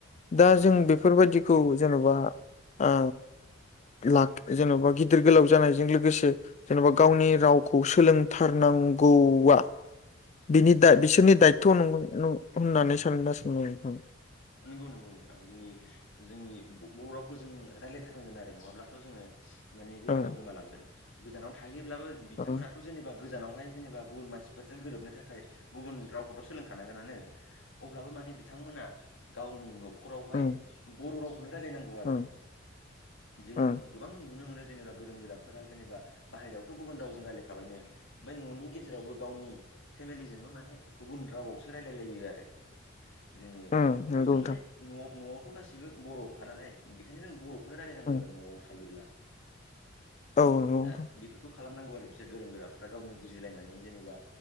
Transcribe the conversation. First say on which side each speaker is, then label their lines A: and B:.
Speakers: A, on the left (about 35°); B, on the left (about 70°).
A: दा जों
B: नंगौ
A: बेफोरबायदि खौ जेन'बा आ ला जेन'बा गिदिर गोलाव जानायजों लोगोसे जेनेबा गावनि रावखौ सोलोंथारनांगौआ बिनि दा
B: औ
A: बिसोरनि दायथ' नंगौनं होननानै सानगोना सान नोंथाङा
B: नंगौ नंगौ नोंथां जोंनि जोंनि बर' रावखौ जों रायज्लायथारनांगोन आरो नङाब्लाथ' जोङो माने बे
A: ओं
B: रावा गोमालांगोन गोजानाव थाहैयोब्लाबो बिथांमोनाथ'
A: ओं
B: जेनेबा गोजानावहाय जेनेबा गुबुन मानसि फोरजों गोरोबनो थाखाय गुबुन रावखौथ' सोलोंखानांगोनानो अब्लाबो माने बिथांमोना गावनि न'खरावहाय
A: ओं
B: बर' रावखौनो रायलायनांगौ आरो
A: ओं
B: जों
A: ओं
B: गोबां नुनो मोनो जेनेबा गोरों गोराफोरा जेनेबा बाहेरायावथ' गुबुन रावजों रायज्लायखाबायनो ओमफ्राय न'नि गेजेरावबो गावनि फेमिलिजोंबो माने गुबुन रावावसो रायलायलायो आरो जोङो
A: ओं
B: बेखौ
A: नंगौ
B: जों
A: नोंथां
B: माने न' न'आवथ' गाससिबो बर'खा नालाय बेखायनो जों बर' बेनो रायलायनांगौ
A: ओं
B: आरो न'आव थायोब्ला
A: औ नंगौ
B: दा
A: नोंथां
B: बेफोरखौ खालामनांगौ आरो बिसोर गोरों गोराफ्रा गावनो बुजिलायनानै जेनेबा